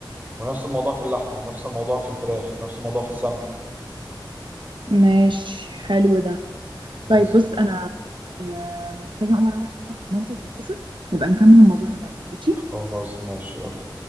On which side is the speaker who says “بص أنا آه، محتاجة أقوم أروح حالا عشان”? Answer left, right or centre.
Right